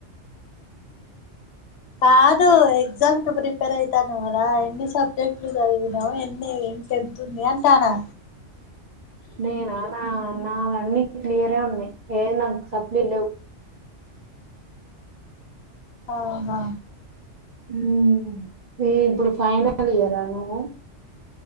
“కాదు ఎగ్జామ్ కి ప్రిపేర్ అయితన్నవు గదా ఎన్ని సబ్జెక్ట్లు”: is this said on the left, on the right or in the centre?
Left